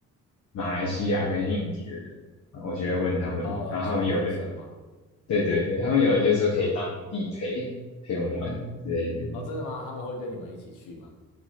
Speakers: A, on the left; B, on the left.
A: 马来西亚跟印尼的人，我就会问他们，
B: 哦，
A: 然后他们有的，
B: 交换生吗？
A: 对对对，他们有的就说可以当地陪陪我们玩之类的，
B: 哦，真的吗？他们会跟你们一起去吗？